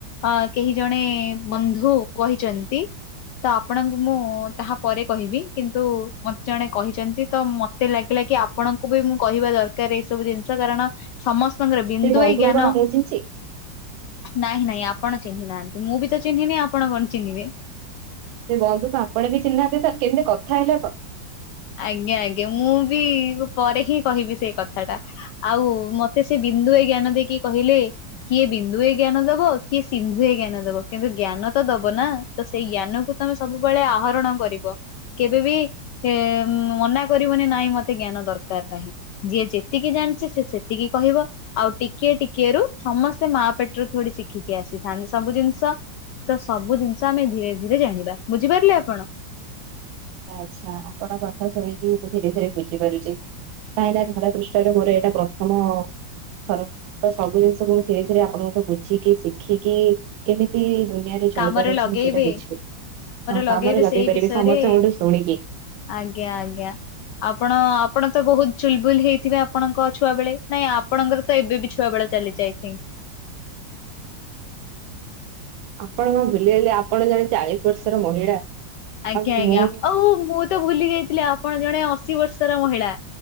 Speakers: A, on the left; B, on the right.
A: ଅ କେହି ଜଣେ ବନ୍ଧୁ କହିଚନ୍ତି। ଆପଣଙ୍କୁ ମୁଁ ତାହା ପରେ କହିବି, କିନ୍ତୁ ମତେ ଜଣେ କହିଚନ୍ତି ତ ମ ତେ ଲାଗିଲା କି ଆପଣଙ୍କୁ ବି ମୁଁ କହିବା ଦରକାର ଏଇ ସବୁ ଜିନିଷ କାରଣ ସମ ଙ୍କର ବିନ୍ଦୁଏ
B: ସେ ବନ୍ଧୁକୁ
A: ଜ୍ଞାନ
B: କଣ ମୁଁ ଚିହ୍ନିଛି
A: ନାଇଁ ନାଇଁ ଆପଣ ଚିହ୍ନି ନାହାନ୍ତି, ମୁଁ ବି ତ ଚିହ୍ନିନି ଆପଣ କଣ ଚିହ୍ନିବେ।
B: ସେ ବନ୍ଧୁକୁ ଆପଣ ବି ଚିହ୍ନହାନ୍ତି ତ କେମିତି କଥା ହେଲେ ତ?
A: ଆଜ୍ଞା ଆଜ୍ଞା ମୁଁ ବି ପରେ ହିଁ କହିବି ସେଇ କଥା ଟା। ଆଉ ମତେ ସେ ବିନ୍ଦୁ ଏ ଜ୍ଞାନ ଦେଇକି କହିଲେ, କିଏ ବିନ୍ଦୁ ଏ ଜ୍ଞାନ ଦବ, କିଏ ସିନ୍ଧୁ ଜ୍ଞାନ ଦବ କିନ୍ତୁ ଜ୍ଞାନ ତ ଦବ ନା। ତ ସେଇ ଜ୍ଞାନକୁୁ ତମେ ସବୁବେଳେ ଆହରଣ କରିବ। କେବେ ବି <unintelligible> ମନା କରିବନି ନାଇଁ ମତେ ଜ୍ଞାନ ଦରକାର ନାହିଁ। ଯିଏ ଯେତିକି ଜାଣିଛି ସେ ସେତିକି କହିବ। ଆଉ ଟିକିଏ ଟିକିଏ ରୁ, ସମସ୍ତେ ମା ପେଟରୁ ଥଡି ଶିଖିକି ଆସିଥାନ୍ତି ସବୁ ଜିନିଷ। ତ ସବୁ ଜିନିଷ ଆମେ ଧୀରେ ଧୀରେ ଜାଣିବା, ବୁଝିପାରିଲେ ଆପଣ।
B: ଆଚ୍ଛା ଆପଣଙ୍କ କଥା ଶୁଣିକି ମୁଁ ଧୀରେ ଧୀରେ ବୁଝିପାରୁଛି। କାହିଁକି ନା ଧରା ପୃଷ୍ଠରେ ମୋର ଏଇଟା ପ୍ରଥମ <unintelligible> ସବୁ ଜିନିଷକୁ ମୁ ଧୀରେ ଧୀରେ ଆପଣଙ୍କଠୁ ବୁଝିକି ଶିଖିକି କେମିତି ଦୁନିଆରେ ଚଳିବାର
A: କାମରେ
B: ଅଛି
A: ଲଗେଇବେ
B: ମୁଁ ସେଇଟା ବୁଝିପାରିବି। ହଁ
A: ଲଗେଇବେ
B: କାମରେ ଲଗେଇ
A: ସେଇ
B: ପାରିବି।
A: ବିଷୟରେ
B: ସମସ୍ତେ ଶୁବୁଠୁ ଶୁଣିକି।
A: ଆଜ୍ଞା ଆଜ୍ଞା। ଆପଣ ଆପଣ ତ ବହୁତ ଚୁଲ୍ ବୁଲ୍ ହେଇଥିବେ ଆପଣଙ୍କ ଛୁଆ ବେଳେ। ନାଇଁ ଆପଣଙ୍କର ତ ଏବେ ବି ଛୁଆ ବେଳେ ଚାଲି ଅଇଥିଙ୍କ୍।
B: ଆପଣ କଣ ଭୁଲିଗଲେ, ଆପଣ ଜଣେ ଚାଳିଶ ବର୍ଷର ମହିଳା?
A: ଆଜ୍ଞା,
B: ଆଉ
A: ଆଜ୍ଞା,
B: ମୁଁ
A: ଆଉ ମୁଁ ତ ଭୁଲି ଯାଇଥିଲି ଆପଣ ଜଣେ ଅଶୀ ବର୍ଷର ମହିଳା।